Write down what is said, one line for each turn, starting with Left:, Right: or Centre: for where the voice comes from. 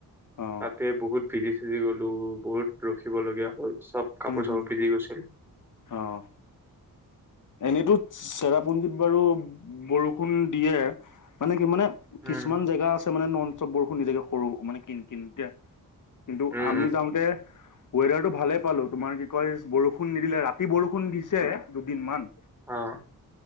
Left: অ',
Centre: তাতে বহুত ভিজি-চিজি গ'লো বহুত ৰখিবলগীয়া হ'ল চব কাপোৰ-
Left: হুম, হুম,
Centre: চাপোৰ ভিজি গৈছিল।
Left: অ', এনেতো চেৰাপুঞ্জীিত বাৰু বৰষুণ দিয়ে মানে কি মানে
Centre: উম
Left: কিছুমান জেগা আছে মানে ন'ন ষ্টপ বৰষুণ দি থাকে সৰু মানে কিন-কিন কে। কিন্তু
Centre: উম
Left: আমি
Centre: উম
Left: যাওঁতে ৱেডাৰটো ভালে পালো তোমাৰ কি কয় বৰষুণ নিদিলে ৰাতি বৰষুণ দিছে দুদিনমান।
Centre: অ',